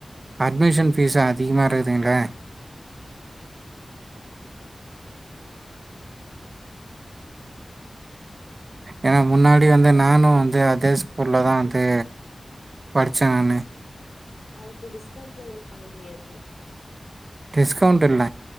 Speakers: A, on the right (about 55°); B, on the left (about 55°).
A: அட்மிஷன் ஃபீஸு அதிகமா இருக்குதுங்ளே. ஏனா முன்னாடி வந்து நானு வந்து அதே ஸ்கூல்ல தா வந்து படிச்ச நானு
B: ஆ இப்ப இது டிஸ்கவுண்ட் எது பண்ண முடியாது
A: டிஸ்கவுண்ட் என்ன